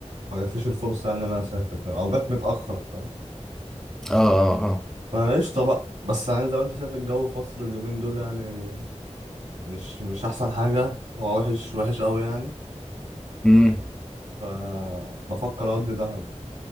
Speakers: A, on the right (about 85°); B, in the centre.
A: ما جاتليش الفرصة يعني إن أنا أسافر فاهم أو جات متأخر فاهم
B: اه اه اه
A: فقشطة بقى بس يعني زي ما أنت شايف الجو في مصر اليومين دول يعني مش مش أحسن حاجة هو وحش وحش أوي يعني
B: امم
A: فبفكر أودي دهب